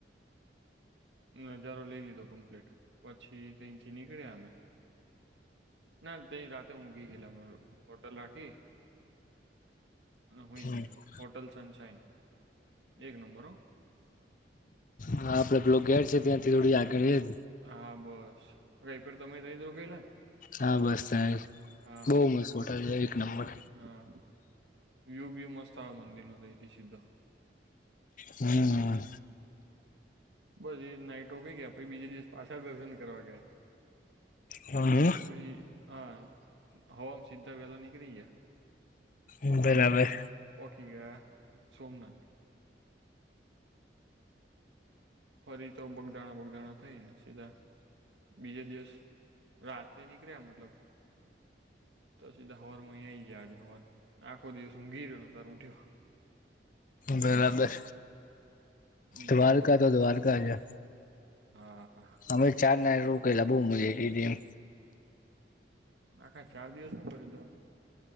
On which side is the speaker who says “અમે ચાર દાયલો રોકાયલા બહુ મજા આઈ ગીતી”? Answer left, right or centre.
Left